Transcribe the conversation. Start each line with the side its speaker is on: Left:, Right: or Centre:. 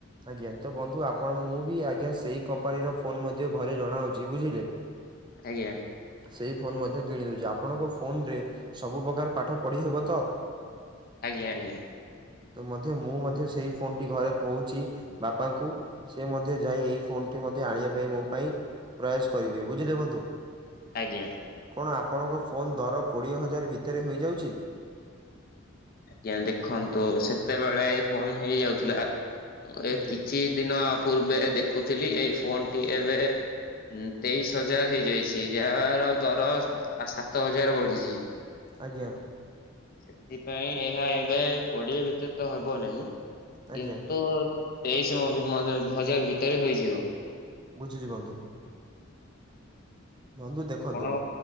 Right: ଆଜ୍ଞା ତ ବନ୍ଧୁ ଆପଣ ମୁଁ ବି ଆଜ୍ଞା ସେଇ କମ୍ପାନୀର ଫୋନ୍ ମଧ୍ୟ ଘରେ ଜଣାଉଛି ବୁଝିଲେ
Left: ଆଜ୍ଞା।
Right: ସେଇ ଫୋନ ମଧ୍ୟ କିଣିଦଉଛି। ଆପଣଙ୍କ ଫୋନ ରେ ସବୁ ପ୍ରକାର ପାଠ ପଢି ହେବ ତ?
Left: ଆଜ୍ଞା ଆଜ୍ଞା।
Right: ତ ମଧ୍ୟ ମୁଁ ମଧ୍ୟ ସେଇ ଫୋନ ଟି ଘରେ କହୁଛି ବାପାଙ୍କୁ ସେ ମଧ୍ୟ ଯାଇ ଏଇ ଫୋନ ଟି ମଧ୍ୟ ଆଣିବା ପାଇଁ ମୋ ପାଇଁ ପ୍ରୟାସ କରିବେ ବୁଝିଲେ ବନ୍ଧୁ।
Left: ଆଜ୍ଞା।
Right: କଣ ଆପଣଙ୍କ ଫୋନ୍ ଦର କୋଡ଼ିଏ ହଜାର ଭିତରେ ହୋଇଯାଉଛି?
Left: ଆଜ୍ଞା ଦେଖନ୍ତୁ ସେତେବେଳେ ଏ ଫୋନ ହେଇଯାଉଥିଲା। ଏ
Right: ଏବେ
Left: କିଛି ଦିନ ପୂର୍ବେ ଦେଖୁଥିଲି ଏଇ ଫୋନ ଟି ଏବେ ତେଇଶି ହଜାର ହେଇଯାଇଛି। ଯାହାର ଦର ଆ ସାତ ହଜାର ବଢିଛି।
Right: ଆଜ୍ଞା।
Left: ସେଥିପାଇଁ ଏହା ଏବେ କୋଡିଏ ଭିତରେ ତ ହେବ ନାହିଁ। କିନ୍ତୁ
Right: ଆଜ୍ଞା
Left: ତେଇଶ <unintelligible> ହଜାର ଭିତରେ ହୋଇଯିବ।
Right: ବୁଝିଲି ବନ୍ଧୁ। ବନ୍ଧୁ ଦେଖନ୍ତୁ
Left: ଆପଣ